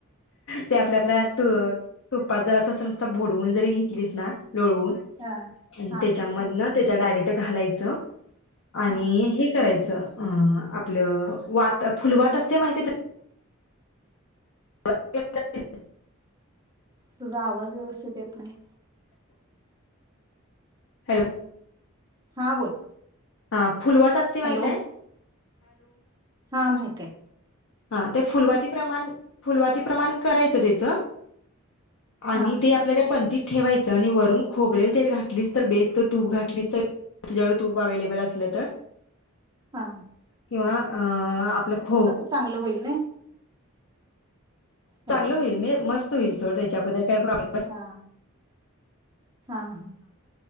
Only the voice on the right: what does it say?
हा
हा
हा
तुझा आवाज व्यवस्थित येत नाही.
हां बोल
हॅलो
हा माहितीये.
हा
हा
चांगल होईल नाय हॅलो
हां हां